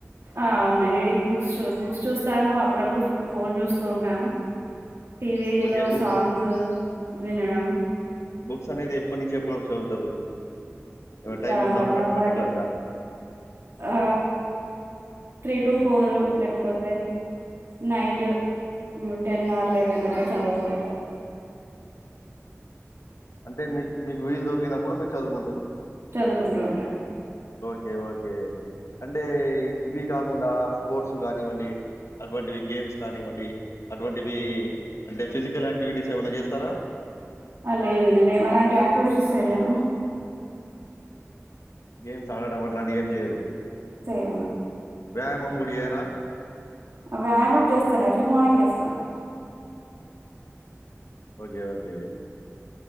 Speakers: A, on the right (about 60°); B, on the left (about 65°).
A: ఆ ఉన్నాయి రీడింగ్ బుక్స్ బుక్స్ చూస్తాను అప్పుడప్పుడు ఫోన్ చూస్తూ ఉంటాను టీవీ
B: ఓకే.
A: లో
B: బుక్
A: సాంగ్స్ వినడం
B: స్ అనేది ఎప్పటి నుంచి ఎప్పటి వర చదువుతారు ఏమైనా
A: ఇంకా
B: టైమ్ ఉందా
A: వన్వర్
B: పట్ పర్టిక్యులర్‌గా?
A: ఆ త్రీ టు ఫోర్ లేకపోతే నైట్
B: హ్మ్.
A: టెన్ ఆవర్ లెవెన్ అట్లా చదువుతూ ఉంటారు
B: అంటే మీకు మీకు వీలు దొరికినప్పుడు మీరు చదువుకుంటారు
A: చదుకుంటు ఉంటా
B: ఓకే ఓకే అంటే ఇవి కాకుండా స్పోర్ట్స్ కానివ్వండి అటువంటివి గేమ్స్ కానివ్వవి అటువంటివి అంటే ఫిజికల్ యాక్టివిటీస్ ఏమైన్నా చేస్తారా
A: లేదు నేనే అలాంటి యాక్టివిటీస్ చెయ్యాను
B: గేమ్స్ ఆడడం అట్లాంటివి ఏం చేయరు
A: చేయను
B: వ్యాయామం గుడి చెయరా
A: వ్యాయామం చేస్తాను ఎర్లీ మార్నింగ్ చేస్తాను
B: ఓకే ఓకే